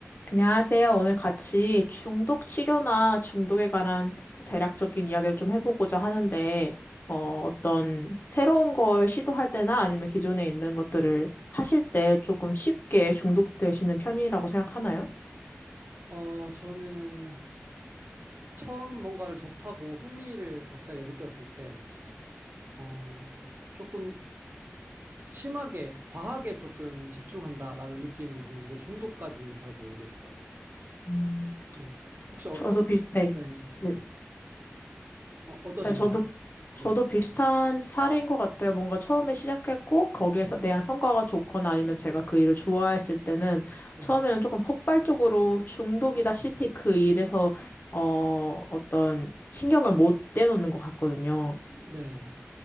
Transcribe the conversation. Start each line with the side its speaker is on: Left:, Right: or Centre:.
Left: 안녕하세요. 오늘 같이 중독 치료나 중독에 관한 대략적인 이야기를 좀 해보고자 하는데, 어, 어떤 새로운 걸 시도할 때나 아니면 기존에 있는 것들을 하실 때 조금 쉽게 중독되시는 편이라고 생각하나요?
Right: 어, 저는 처음 뭔가를 접하고 흥미를 갑자기 느꼈을 때, 어, 조금 심하게, 과하게 조금 집중한다라는 느낌은 드는데 중독까지는 잘 모르겠어요.
Left: 음,
Right: 네. 혹시 어떠,
Left: 저도 비슷, 네.
Right: 네.
Left: 네.
Right: 어, 어떠신가요?
Left: 네, 저도,
Right: 네.
Left: 저도 비슷한 사례인 것 같아요. 뭔가 처음에 시작했고, 거기에 서 대한 성과가 좋거나 아니면 제가 그 일을 좋아했을 때는
Right: 네.
Left: 처음에는 조금 폭발적으로 중독이다시피 그 일에서, 어, 어떤 신경을 못 떼놓는 것 같거든요.
Right: 네.